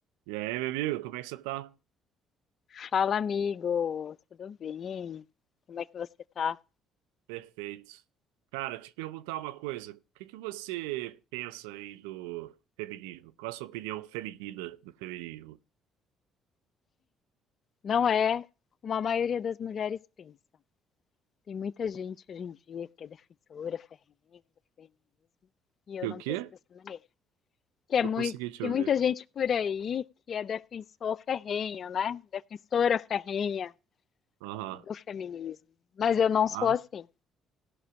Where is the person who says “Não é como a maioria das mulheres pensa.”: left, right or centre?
Left